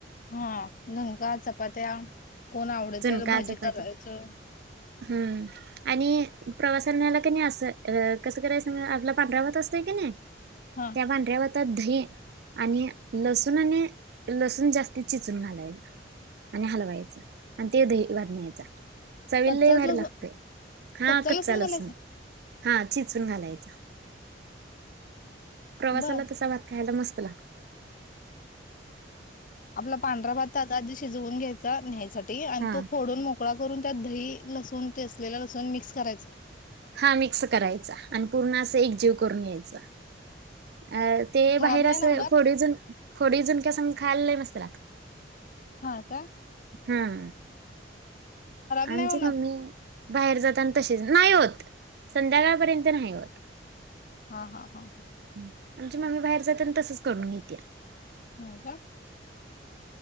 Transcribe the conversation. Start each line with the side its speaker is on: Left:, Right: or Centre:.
Left: हा झुणका चपात्या कोण आवडतील
Right: झुणका
Left: भजी
Right: चपाती
Left: करायचं.
Right: हम्म आणि प्रवासा न्यायला. अस कस करायच आपला पांढरा भात असतोय कि नाही
Left: हा
Right: त्या पांढऱ्या भातात आ दही आणि लसूण आणि लसूण जास्त चिचून घालायच. आणि हलवायचं आणि ते दही भात न्यायचा. चविला
Left: कच्चाच
Right: लय भारी
Left: लसूण
Right: लागतोय हा
Left: कच्चा
Right: काच्चा लसूण.
Left: घालायचा
Right: हा चिचून घालायचा प्रवासाला
Left: बर
Right: तसा भात खायला मस्त. लागतय.
Left: आपला पांढरा भाता आधी शिजवून घ्यायचा न्यायसाठी आणि
Right: हा
Left: तो फोडून मोकळा करून. त्यात दही लसूण ते असलेलं लसूण मिक्स करायचं.
Right: हा मिक्स करायचा आणि पूर्ण असं एकजीव करून यायचं. अ ते
Left: खराब
Right: बाहेर
Left: नाही
Right: असं
Left: ना होणार
Right: फोडीव फोडीव झुणक्या सोबत खायला लय मस्त लागतय.
Left: हा काय.
Right: हम्म
Left: नाही
Right: आमची
Left: होणार
Right: मम्मी बाहेर जात आणि तसेच नाही होत संध्याकाळपर्यंत नाही होत.
Left: हा हा हा ह.
Right: हं, आमची मम्मी बाहेर जाते आणि तसच करून घेते.
Left: होय का.